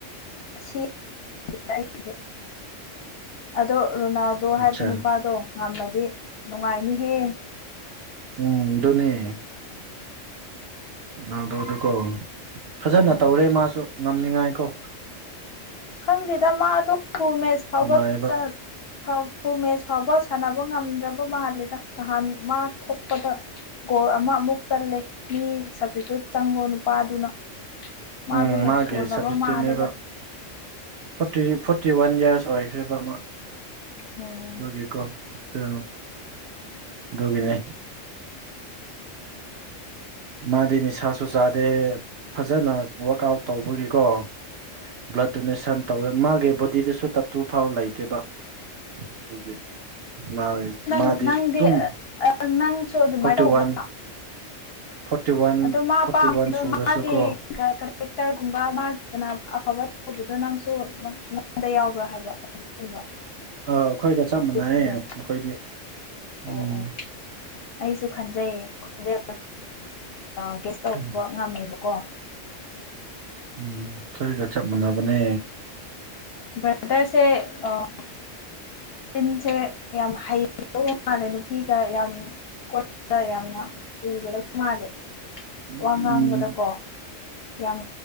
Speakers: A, on the left; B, on the right.
A: ꯑꯁꯤ <unintelligible> ꯑꯗꯣ ꯔꯣꯅꯥꯜꯗꯣ ꯍꯥꯏꯕ
B: ꯑꯠꯆꯥ
A: ꯅꯨꯄꯥꯗꯣ ꯉꯝꯃꯗꯤ ꯅꯨꯡꯉꯥꯏꯅꯤꯍꯦ
B: ꯎꯝ ꯗꯨꯅꯦ ꯅꯪꯗꯨ ꯑꯗꯨꯀꯣ ꯐꯖꯅ
A: ꯎꯝ
B: ꯇꯧꯔꯦ ꯃꯥꯁꯨ ꯉꯝꯅꯤꯉꯥꯏ ꯀꯣ
A: ꯈꯪꯗꯦꯗ ꯃꯥꯗꯣ ꯐꯨꯜ ꯃꯦꯁ ꯐꯥꯎꯕ
B: ꯍꯣꯠꯅꯩꯌꯦꯕ
A: ꯆꯠ ꯐ ꯐꯨ ꯃꯦꯁ ꯐꯥꯎꯕ ꯁꯥꯟꯅꯕ ꯉꯝꯗ꯭ꯔꯕ ꯃꯥꯂꯦꯗ ꯅꯍꯥꯟ ꯃꯥ ꯊꯣꯛꯄꯗ ꯒꯣꯜ ꯑꯃ ꯑꯃꯨꯛ ꯆꯜꯂꯦ ꯃꯤ ꯁꯕꯁꯇꯤꯇ꯭ꯌꯨꯠ ꯆꯪꯕꯣ ꯅꯨꯄꯥꯗꯨꯅ ꯃꯥꯗꯣ
B: ꯎꯝ
A: ꯌꯥꯝ
B: ꯃꯥꯒꯤ
A: ꯁꯣꯜꯂꯕ
B: ꯁꯕꯁꯇꯤꯇ꯭ꯌꯨꯠꯅꯦꯕ
A: ꯃꯥꯜꯂꯦꯗ
B: ꯐꯣꯔꯇꯤ ꯐꯣꯔꯇꯤ ꯋꯥꯟ ꯌꯥꯔꯁ ꯑꯣꯏꯈ꯭ꯔꯤꯕ ꯑꯃ
A: ꯎꯝ
B: ꯑꯗꯨꯒꯤꯀꯣ ꯎ ꯑꯗꯨꯒꯤꯅꯦ ꯃꯥꯗꯤ ꯅꯤꯁꯥꯁꯨ ꯆꯥꯗꯦ ꯐꯖꯅ ꯋꯥꯔꯛ ꯑꯥꯎꯠ ꯇꯧꯕꯒꯤꯀꯣ ꯕ꯭ꯂꯠ ꯗꯣꯅꯦꯁꯟ ꯇꯧꯋꯦ ꯃꯥꯒꯤ ꯕꯣꯗꯤꯗꯁꯨ ꯇꯠꯇꯨ ꯐꯥꯎ ꯂꯩꯇꯦꯕ ꯑꯗꯨꯒꯤ ꯃꯥ
A: ꯅꯪ
B: ꯃꯥꯗꯤ
A: ꯅꯪꯗꯤ
B: ꯑꯗꯨꯝ
A: ꯑꯥ ꯅꯪꯁꯨ ꯑꯗꯨꯃꯥꯏꯅ
B: ꯐꯣꯔꯇꯤ
A: ꯇꯧꯕ꯭ꯔꯥ
B: ꯋꯥꯟ ꯐꯣꯔꯇꯤ ꯋꯥꯟ
A: ꯑꯗꯣ ꯃꯥ
B: ꯐꯣꯔꯇꯤ
A: ꯄꯥꯝꯃꯤꯗꯣ
B: ꯋꯥꯟ ꯁꯨꯔꯁꯨꯀꯣ
A: ꯃꯥꯒꯤ <unintelligible> ꯑꯦꯇꯔꯒꯨꯝꯕ ꯃꯥ ꯀꯅꯥ ꯑꯐꯕ ꯇꯧꯕꯗꯣ ꯅꯪꯁꯨ ꯅꯉꯣꯟꯗ ꯌꯥꯎꯕ꯭ꯔꯥ ꯍꯥꯏꯕ ꯑꯗꯨꯒꯨꯝꯕ
B: ꯑꯥ ꯑꯩꯈꯣꯏꯒ ꯆꯞ ꯃꯥꯟꯅꯩꯌꯦ
A: ꯑꯗꯨꯗꯣ
B: ꯃꯈꯣꯏꯗꯤ
A: ꯑꯣ
B: ꯎꯝ
A: ꯑꯣ ꯑꯩꯁꯨ ꯈꯟꯖꯩꯌꯦ ꯈꯖ <unintelligible> ꯇꯧꯕ
B: ꯎꯝ
A: ꯉꯝꯃꯦꯕꯀꯣ
B: ꯎꯝ ꯊꯤꯒ ꯆꯞ ꯃꯥꯟꯅꯕꯅꯦ
A: ꯕ꯭ꯔꯗꯔꯁꯦ ꯑꯥ ꯇꯤꯟꯁꯦ ꯌꯥꯝ ꯍꯩꯗꯧ ꯃꯥꯜꯂꯦ ꯅꯨꯄꯤꯒ ꯌꯥꯝ <unintelligible> ꯃꯥꯂ
B: ꯎꯝ
A: ꯋꯥ ꯉꯥꯡꯕꯗꯀꯣ ꯌꯥꯝ